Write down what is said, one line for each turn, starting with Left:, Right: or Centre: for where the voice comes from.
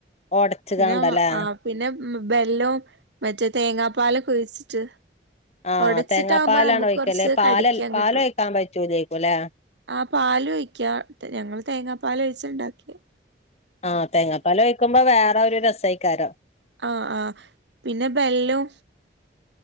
Left: ഒടച്ച്
Right: പിന്നെ
Left: കാണ്ടല്ലേ
Right: ആ പിന്നെ ബെല്ലം മറ്റേ തേങ്ങാപ്പാാല പഴിച്ചിട്ട്
Left: ആഹ്
Right: ഉടച്ചിട്ടാകുമ്പോ
Left: തേങ്ങാപ്പാലാണോ
Right: നമുക്ക്
Left: ഒഴിക്കല്
Right: കുറച്ച്
Left: പാല
Right: കടിക്കാൻ
Left: പാലൊഴിക്കാൻ
Right: കിട്ടും
Left: പറ്റൂലേക്കുംല്ലേ
Right: ആഹ പാാല ഒഴിക്ക ഞങ്ങള് തേങ്ങാ പാാല ഒഴിച്ചുണ്ടാക്കി
Left: ആഹ തേങ്ങാപ്പാല വയ്ക്കുമ്പോ വേറെ ഒരു രസമായിക്കാരോ
Right: ആഹ ആഹ പിന്നെ ബെല്ലും